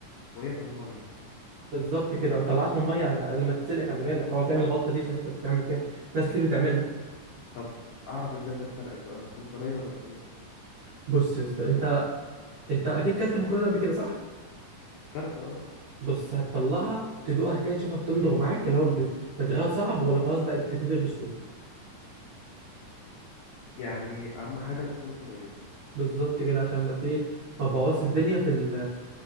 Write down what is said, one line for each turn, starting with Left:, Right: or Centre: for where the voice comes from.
Left: وهي في الميه
Right: بالظبط كده ما تطلعش من الميه لما تتسلق خلي بالك هو هتعمل الغلطه دي عشان انت بتعمل كده ناس كتير بتعملها
Left: طب اعرف ازاي انها اتسلقت بقى تكون طريه ولا تكون ايه
Right: بص يا اسطى انت انت اكيد كلت مكرونه قبل كده صح
Left: كلت اه
Right: بص هتطلعها تدوقها كده تشوفها بتندغ معاك اللي هو بت- رتغاها صعب ولا خلاص بقت تتندغ بسهوله
Left: يعني اهم حاجه تكون طريه
Right: بالظبط كده عشان ما ت- ايه ما تبوظش الدنيا في ال-